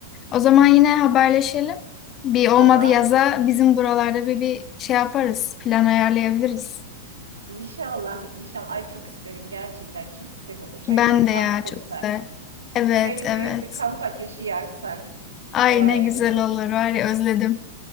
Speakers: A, on the left; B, on the right.
A: O zaman yine haberleşelim. Bir olmadı
B: Tamam.
A: yaza bizim buralarda bir, bir şey yaparız. Plan ayarlayabiliriz.
B: İnşallah, inşallah. Ay çok isterim gerçekten. Çok güzel olur. Şöyle
A: Ben
B: bir kamp
A: de ya
B: kursak.
A: çok güzel. Evet
B: Şöyle
A: evet.
B: büyük bir kamp ateşi yaksak
A: Ay
B: böyle.
A: ne güzel olur var ya özledim.